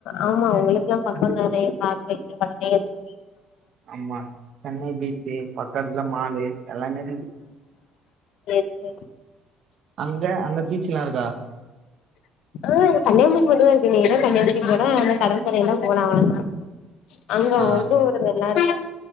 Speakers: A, on the left; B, on the right.
A: ஆமா உங்ளுக்கு எல்லா பக்கம் தானே பாத்து <unintelligible>
B: ஆமா சென்னை பீச்சு பக்கத்துல மாலு எல்லாமே இருக்கு
A: செர்
B: அங்க அங்க பீச் எல்லாம் இருக்கா
A: ஆ கன்னியாகுமரி மட்டும் தான் இருக்கு நேரா கன்னியாகுமரிக் போனா அந்த கடற்கரை எல்லாம் போலாம் அவ்ளோ தான் அங்க
B: ஆ
A: வந்து ஒரு <inaudible>